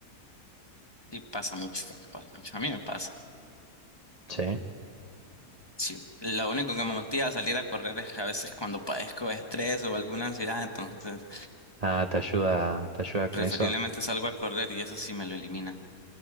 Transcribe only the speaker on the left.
Sí, pasa mucho, pasa mucho. A mí me pasa.
Sí, lo único que me motiva a salir a correr es que a veces cuando padezco de estrés o alguna ansiedad, entonces
preferiblemente
salgo a correr y eso sí me lo elimina.